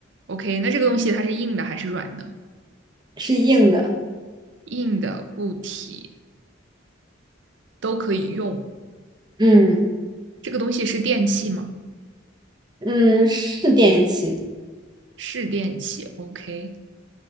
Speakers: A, on the right; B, on the right.
A: OK，那这个东西它是硬的还是软的？
B: 是硬的。
A: 硬的、固体都可以用。
B: 嗯
A: 这个东西是电器吗？
B: 嗯，是电器，
A: 是电器。OK，